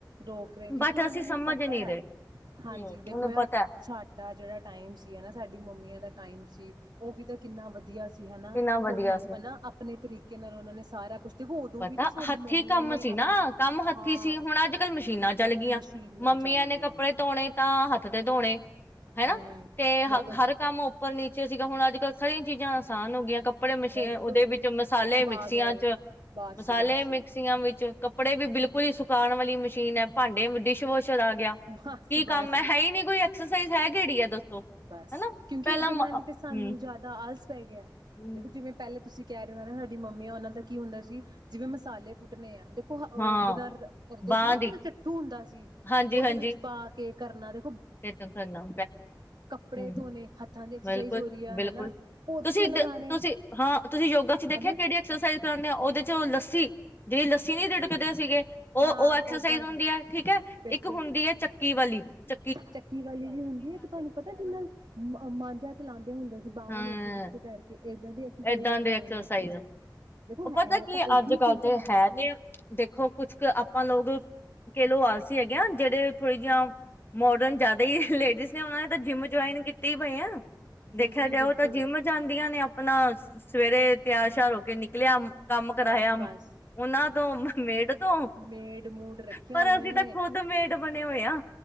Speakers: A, on the right (about 65°); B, on the left (about 30°).
A: ਰੋਕ ਰਹੇ, ਕਿਉਂਕਿ
B: ਬਟ
A: ਉਹਨਾਂ
B: ਅਸੀਂ ਸਮਝ
A: ਨੂੰ ਪਤਾ
B: ਨਹੀਂ
A: ਹੈ,
B: ਰਹੇ
A: ਹਾਂਜੀ ਦੇਖੋ
B: ਉਹਨੂੰ
A: ਯਾਰ
B: ਪਤਾ
A: ਸਾਡਾ ਜਿਹੜਾ ਟਾਈਮ ਸੀ ਨਾ ਸਾਡਾ ਮੰਮੀਆਂ ਦਾ ਟਾਈਮ ਸੀ, ਉਹ ਵੀ ਤਾਂ ਕਿੰਨਾ ਵਧੀਆ ਸੀ। ਹਨਾ,
B: ਕਿੰਨਾ ਵਧੀਆ
A: ਕੋਈ
B: ਸੀ।
A: ਵੀ ਮਨਾ ਆਪਣੇ ਤਰੀਕੇ ਨਾਲ ਉਹਨਾਂ ਨੇ ਸਾਰਾ ਤੇ ਉਦੋਂ
B: ਪਤਾ
A: ਵੀ ਤੇ ਸਾਡੀ
B: ਹੱਥੀ
A: ਮੰਮੀਆਂ
B: ਕੰਮ
A: ਨੇ
B: ਸੀ ਨਾ ਕੰਮ ਹੱਥੀ
A: ਹਾਂ
B: ਸੀ, ਹੁਣ ਅੱਜ ਕੱਲ੍ਹ ਮਸ਼ੀਨਾਂ ਚੱਲ ਗਈਆਂ,
A: ਮਸ਼ੀਨਾਂ
B: ਮੰਮੀਆਂ
A: ਚੱਲ
B: ਨੇ
A: ਗਈਆਂ
B: ਕੱਪੜੇ ਧੋਣੇ ਤਾਂ ਹੱਥ ਧੋਣੇ ਹਨਾ,
A: ਹਮ
B: ਤੇ
A: ਬਿਲਕੁਲ
B: ਹਰ ਕੰਮ ਉੱਪਰ ਨੀਚੇ -ਸੀਗਾ, ਹੁਣ ਅੱਜ ਕੱਲ੍ਹ ਸਾਰੀਆਂ ਚੀਜ਼ਾਂ ਆਸਾਨ ਹੋ ਗਈਆਂ, ਕੱਪੜੇ ਮਸ਼ੀਨ
A: ਬਿਲਕੁਲ
B: ਉਹਦੇ ਵਿੱਚ ਮਸਾਲੇ
A: ਪਾ
B: ਮਿਕਸੀਆਂ
A: ਦੋ
B: ਚ
A: ਬਸ
B: ਮਸਾਲੇ
A: ਬਸ
B: ਮਿਕਸੀਆਂ, ਵਿੱਚ ਕੱਪੜੇ ਵੀ ਬਿਲਕੁਲ ਹੀ ਸੁਕਾਣ ਵਾਲੀ ਮਸ਼ੀਨ ਹੈ, ਭਾਂਡੇ ਡਿਸ਼ ਡਿਸ਼ ਵਾਸ਼ਰ ਗਿਆ,
A: ਬਸ
B: ਕੀ
A: ਬਸ
B: ਕੰਮ ਹੈ, ਹੈ ਹੀ ਨਹੀਂ ਕੋਈ, ਐਕਸਰਸਾਈਜ਼ ਹੈ ਕਿਹੜੀ ਹੈ ਦੱਸੋ
A: ਬਸ
B: ਹਨਾ।
A: ਕਿਉਂਕਿ
B: ਪਹਿਲਾਂ
A: ਇਹਦੇ
B: ਹਮ
A: ਨਾਲ ਹੀ ਤੇ ਸਾਨੂੰ ਜ਼ਿਆਦਾ ਆਲਸ ਪੈ ਗਿਆ।
B: ਹਮ
A: ਦੇਖੋ, ਜਿਵੇਂ ਪਹਿਲਾਂ ਤੁਸੀਂ ਕਹਿ ਰਹੇ ਹੋ ਨਾ, ਸਾਡੀ ਮੰਮੀ ਆ, ਉਹਨਾਂ ਦਾ ਕੀ ਹੁੰਦਾ ਸੀ ਜਿਵੇਂ ਮਸਾਲੇ ਕੁੱਟਣੇ ਆ ਤੇ
B: ਹਾਂ
A: ਦੇ ਨਾਲ ਕਰਦੇ
B: ਬਾਂਹ
A: ਸੀ ਨਾ
B: ਦੀ
A: ਜਿਹੜਾ ਚਟੂ ਹੁੰਦਾ ਸੀ।
B: ਹਾਂਜੀ-ਹਾਂਜੀ
A: ਉਹਦੇ ਵਿੱਚ ਪਾ ਕੇ ਕੇ ਕਰਨਾ ਤੇ
B: ਕਰਨਾ
A: ਕੱਪੜੇ
B: <unintelligible>
A: ਧੋਣੇ ਹੱਥਾਂ ਦੀ ਐਕਸਰਸਾਈਜ਼
B: ਬਿਲਕੁਲ।
A: ਹੋ ਰਹੀ ਆ
B: ਬਿਲਕੁਲ।
A: ਹਨਾ ਪੋਚੇ
B: ਤੁਸੀਂ
A: ਲਗਾਣੇ
B: ਤੁਸੀਂ ਹਾਂ ਤੁਸੀਂ ਯੋਗਾ ਚ ਦੇਖਿਆ
A: ਹਨਾ
B: ਕਿਹੜੀ ਐਕਸਰਸਾਈਜ਼ ਕਰਾਦੇ ਉਹਦੇ ਚੋਂ ਲੱਸੀ ਦੇ ਲੱਸੀ ਸੀ ਨ ਡੀਡਕਦੇ ਸੀਗੇ। ਉਹ
A: ਹਾਂ
B: ਉਹ ਐਕਸਰਸਾਈਜ਼
A: ਓਦਾਂ
B: ਹੁੰਦੀ
A: ਦੀ
B: ਹੈ। ਠੀਕ ਹੈ।
A: ਬਿਲਕੁਲ
B: ਇੱਕ ਹੁੰਦੀ ਹੈ। ਚੱਕੀ ਵਾਲੀ ਚ
A: ਚੱਕੀ ਵਾਲੀ ਵੀ ਹੁੰਦੀ ਹੈ। ਇੱਕ ਤੁਹਾਨੂੰ ਪਤਾ ਜਿਹਨਾ ਮਾਂਝਾ ਚਲਾਉਂਦੇ ਹੁੰਦੇ ਸੀ। ਬਾਹਵਾਂ
B: ਹਾਂ
A: ਨੂੰ ਅੱਗੇ ਪਿੱਛੇ ਕਰਕੇ ਏਦਾਂ ਦੀ ਐਕਸਰਸਾਈਜ਼ਾਂ
B: ਏਦਾਂ ਦੇ
A: ਵੀ
B: ਐਕਸਰਸਾਈਜ਼
A: ਆਉਣ ਲੱਗਆਂ ਨੇ। ਦੇਖੋ
B: ਉਹ
A: ਹੈ
B: ਪਤਾ ਕੀ
A: ਤਾਂ ਉਹੀ
B: ਅੱਜ ਕੱਲ
A: ਚੀਜ਼ਾਂ
B: ਤੇ
A: ਆ
B: ਹੈ
A: ਗਈਆਂ ਨੇ।
B: ਤੇ ਦੇਖੋ। ਕੁਛ ਕੁ ਆਪਾਂ ਲੋਕ ਕਹਲੋ ਆ ਸੀ ਹੈਗੇ ਆ। ਜਿਹੜੇ ਥੋੜੀ ਜਿਆਂ ਮੋਡਰਨ ਜ਼ਿਆਦਾ ਹੀ ਲੇਡੀਜ਼ ਨੇ ਉਹਨਾਂ ਨੇ ਤਾਂ ਜਿੰਮ ਜੁਆਇਨ ਕੀਤੀ ਪਏ ਆ। ਦੇਖਿਆ
A: ਬਿਲਕੁਲ
B: ਜਾਓ
A: ਬਿਲਕੁਲ
B: ਤਾਂ ਜਿੰਮ ਜਾਂਦੀਆਂ ਨੇ। <inaudible> ਸਵੇਰੇ ਤਿਆਰ
A: ਹਾਂ,
B: ਸ਼ਿਆਰ ਹੋ ਕੇ ਨਿਕਲਿਆ ਕੰਮ ਕਰਾਇਆ
A: ਬਸ
B: ਉਹਨਾਂ
A: ਬਸ
B: ਤੋਂ ਮੇਡ ਤੋਂ
A: ਮੇਡ ਮੂਡ ਰੱਖੀਆਂ
B: ਪਰ
A: ਹੋਈਆਂ
B: ਅਸੀਂ
A: ਨੇ
B: ਤਾਂ ਖੁਦ ਮੇਟ ਬਣੇ ਹੋਏ ਆ।